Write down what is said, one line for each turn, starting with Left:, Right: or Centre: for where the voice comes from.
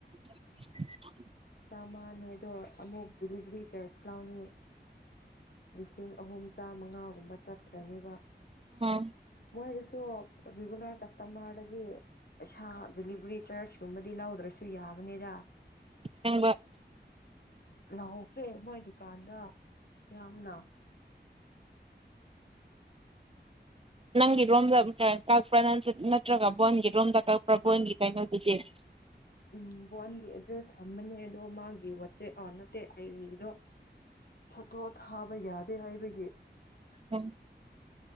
Right: <inaudible>
Left: ꯆꯥꯃꯅꯦ ꯑꯗꯣ ꯑꯃꯨꯛ ꯗꯦꯂꯤꯚꯔꯤ ꯆꯔꯁ ꯂꯥꯎꯅꯤ ꯂꯤꯁꯤꯡ ꯑꯍꯨꯝ ꯇꯔꯥꯃꯉꯥꯒꯨꯝꯕ ꯆꯠꯈ꯭ꯔꯅꯤꯕ
Right: ꯎꯝ
Left: ꯃꯣꯏꯗꯁꯨ ꯔꯤꯒꯨꯂꯔ ꯀꯁꯇꯃꯔꯗꯗꯤ ꯄꯩꯁꯥ ꯗꯦꯂꯤꯚꯔꯤ ꯆꯥꯔꯖꯀꯨꯝꯕꯗꯤ ꯂꯧꯗ꯭ꯔꯁꯨ ꯌꯥꯕꯅꯤꯗ
Right: ꯑꯁꯦꯡꯕ
Left: ꯂꯥꯎꯈ꯭ꯔꯦ ꯃꯣꯏ ꯗꯨꯀꯥꯟꯗ ꯌꯥꯝꯅ
Right: ꯅꯪꯒꯤ ꯔꯣꯝꯗ ꯀꯛꯄ꯭ꯔꯥ ꯅꯠꯇ꯭ꯔ ꯅꯠꯇ꯭ꯔꯒ ꯕꯣꯟꯒꯤ ꯔꯣꯝꯗ ꯀꯛꯄ꯭ꯔꯥ ꯕꯣꯟꯒꯤ ꯀꯩꯅꯣꯗꯨꯗꯤ <inaudible>
Left: ꯎꯝ ꯕꯣꯟꯒꯤ ꯑꯦꯗ꯭ꯔꯦꯁ ꯊꯝꯕꯅꯦ ꯑꯗꯣ ꯃꯥꯒꯤ ꯋꯥꯆꯦꯞ ꯑ ꯅꯠꯇꯦ ꯑꯩꯗꯣ ꯐꯣꯇꯣ ꯊꯥꯕ ꯌꯥꯗꯦ ꯍꯥꯏꯕꯒꯤ
Right: ꯎꯝ